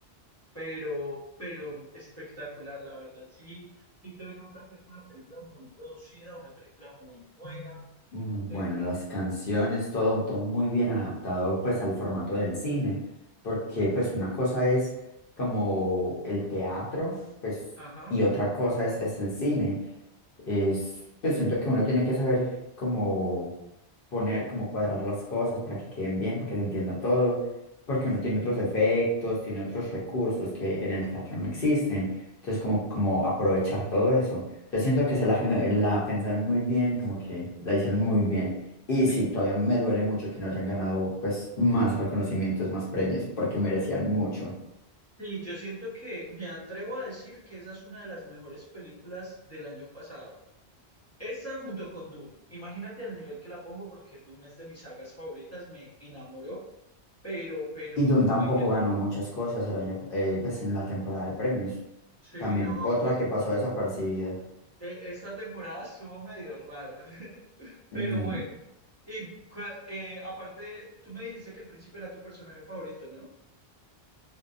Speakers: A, on the left (about 15°); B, on the left (about 55°).
A: pero, pero espectacular, la verdad. Sí, sí se nota que es una película muy producida, una película muy buena.
B: Muy bueno,
A: Eh,
B: las canciones, todo, todo muy bien adaptado pues al formato del cine, porque pues una cosa es como el teatro, pues,
A: ajá.
B: y otra cosa es, es el cine. Es, pues siento que uno tiene que saber cómo poner, cómo cuadrar las cosas para que queden bien, para que se entienda todo, porque uno tiene otros efectos, tiene otros recursos que en el teatro no existen. Entonces, como, como aprovechar todo eso. Yo siento que se la, <laughs> la pensaron muy bien, como que la hicieron muy bien. Y
A: Sí,
B: sí, todavía me duele mucho que no hayan ganado pues más reconocimientos, más premios, porque merecían mucho.
A: sí, yo siento que me atrevo a decir que esa es una de las mejores películas del año pasado. Esa junto con Dune. Imagínate al nivel que la pongo porque Dune es de mis sagas favoritas, me enamoró, pero, pero,
B: Y Dune tampoco
A: Wicked,
B: ganó muchas cosas el año, eh, pues en la temporada de premios.
A: sí,
B: También
A: no.
B: otra que pasó desapercibida.
A: E- Esta temporada estuvo medio rara, <laughs> pero
B: Mm,
A: bueno. Y cua- eh, aparte, tú me dijiste que el príncipe era tu personaje favorito, ¿no?